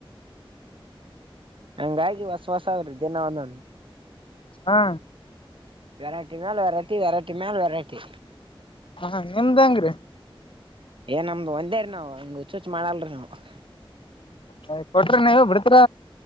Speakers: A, on the right; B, on the left.
A: ಹಂಗಾಗಿ ಹೊಸ ಹೊಸ ಅವ್ರಿ ದಿನ ಒಂದನ್
B: ಹಾ
A: ವೆರೈಟಿ ಮೇಲೆ ವೆರೈಟಿ ವೆರೈಟಿ ಮ್ಯಾಲ ವೆರೈಟಿ
B: ಹಾ ನಿಮ್ದಂಗ್ರೀ
A: ಏ ನಮ್ದು ಒಂದೇರಿೀ ನಾವ್ ಹಿಂಗ್ ಹುಚ್ಚುಚ್ಚ ಮಾಡಲ್ರಿ ನಾವ
B: ನಯ ಕೊಟ್ರಿ ನೀವ ಬಿಡ್ತೀರ